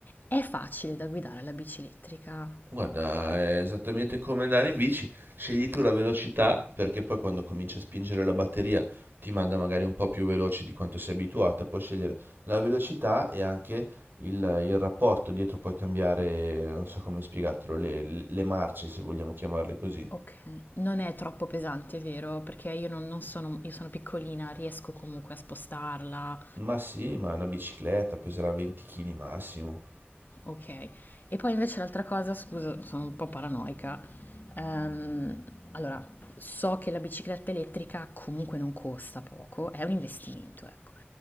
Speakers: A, on the left; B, on the right.
A: È facile da guidare la bici elettrica?
B: Guarda, è esattamente come andare in bici, scegli tu la velocità perché poi quando cominci a spingere la batteria ti manda magari un po' più veloce di quanto sei abituata, puoi scegliere la velocità e anche il, il rapporto dietro, puoi cambiare, non so come spiegartelo, le, le marce se vogliamo chiamarle così.
A: Okay, non è troppo pesante, vero? Perché io non non sono io sono piccolina, riesco comunque a spostarla,
B: Ma sì, ma una bicicletta peserà 20 kg massimo.
A: okay. E poi invece l'altra cosa, scusa, sono un po' paranoica, ehm, allora so che la bicicletta elettrica comunque non costa poco, è un investimento, ecco.